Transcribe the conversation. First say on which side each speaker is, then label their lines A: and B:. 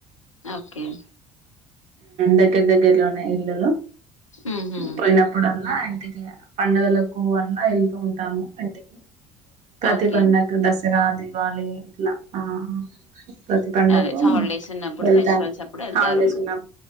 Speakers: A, on the left (about 85°); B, on the right (about 45°).
A: ఓకేండి
B: దగ్గర దగ్గరలోనే ఇల్లులో
A: ఉహు
B: పోయినప్పుడల్లా సిగ పండుగలకు అన్న వెళ్తూ ఉంటాము అంత ప్రతి
A: ఓకే
B: పండకు
A: అండి
B: దసరా దివాలి ఇలా ఆ ప్రతి పండకు
A: అదే హాలిడేస్ ఉన్నప్పుడు
B: యెళ్తాం
A: ఫెస్టివల్స్ అప్పుడు వెళ్తారు
B: హాలిడేస్
A: ఉమ్
B: ఉన్న